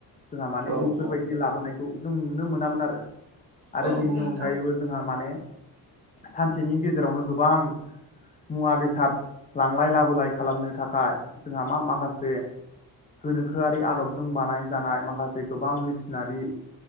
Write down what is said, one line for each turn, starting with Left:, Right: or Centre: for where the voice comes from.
Left: जोंहा माने
Right: औ
Left: बेफोरबायदि
Right: औ
Left: लाबोनायखौ जों नुनो मोनामोन आरो आरो
Right: औ
Left: बेनि
Right: नोंथां
Left: अनगायैबो जोंहा माने सानसेनि गेजेरावनो गोबां मुवा बेसाद लांलाय लाबोलाय खालामनो थाखाय जोंहा मा माखासे गोनोखोआरि आदबजों बानाय जानाय माखासे गोबां मेसिनारि